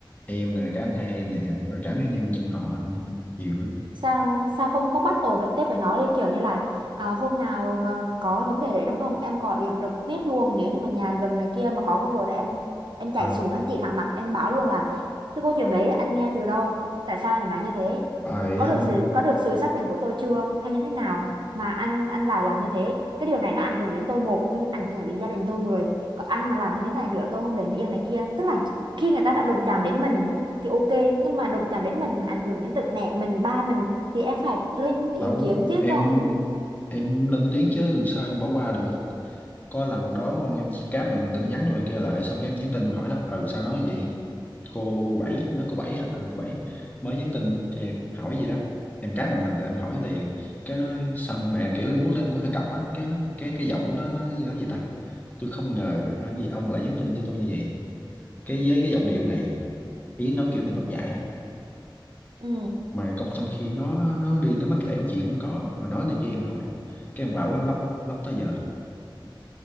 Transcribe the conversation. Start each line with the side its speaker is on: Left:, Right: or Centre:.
Left: em nè cả anh hai em nè rồi cả mấy anh em chung họ nữa nhiều lắm
Right: sao sao không có battle trực tiếp với nó đi kiểu như là à, hôm nào mà có cái vấn đề đấy đúng không em gọi điện trực tiếp luôn nếu như mà nhà gần này kia mà có cơ hội là em em chạy
Left: Rồi,
Right: xuống em chỉ thẳng mặt em bảo luôn là cái câu chuyện đấy anh nghe từ đâu tại sao anh lại nói như thế
Left: rồi
Right: có
Left: hôm
Right: được sự có được sự xác nhận của tôi chưa hay như thế nào mà anh anh lại làm như thế cái điều này nó ảnh hưởng đến tôi một nhưng ảnh hưởng đến gia đình tôi mười còn anh mà làm như thế này nữa tôi không để nó yên này kia tức là khi người ta đã đụng chạm đến mình thì ok nhưng mà đụng chạm đến mình mà ảnh hưởng đến tận mẹ mình ba mình thì em phải lên ý
Left: đâu
Right: kiến chứ
Left: em
Right: còn
Left: em lên tiếng chứ sao em bỏ qua được có lần đó ông em cáp màn hình tin nhắn rồi kia lại xong cái em nhắn tin em hỏi nó ừ sao nói vậy cô bảy lúc đó cô bảy hả Ờ, cô bảy mới nhắn tin cho em hỏi gì đó em cáp màn hình là em hỏi liền cái nói xong mà kiểu em lúc đó em cũng hơi cọc á cái nó cái cái giọng của nó nó nói gì ta tôi không ngờ ở gì ông lại nhắn tin cho tôi như vậy cái với cái giọng điệu này ý nói kiểu mình mất dạy á
Right: ừ
Left: mà công trong khi nó nó đi nó mách lẻo chuyện không có rồi nói này kia em hỏi cái em quạo em lóc lóc tới giờ luôn